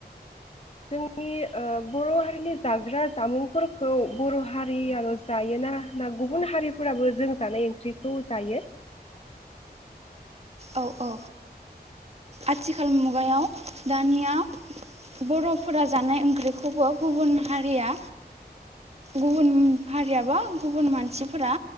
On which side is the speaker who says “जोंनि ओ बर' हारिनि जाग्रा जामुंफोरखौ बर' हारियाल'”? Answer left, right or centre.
Left